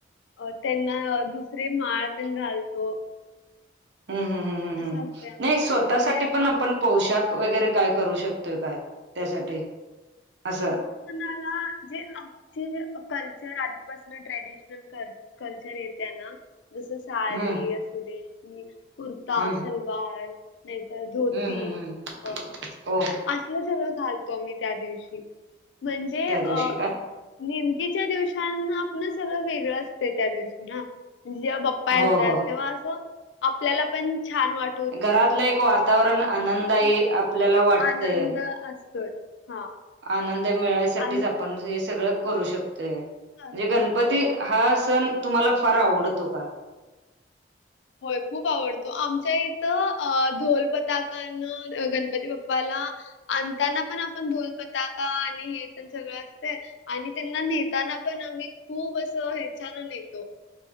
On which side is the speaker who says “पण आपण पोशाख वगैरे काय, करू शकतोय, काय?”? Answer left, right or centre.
Right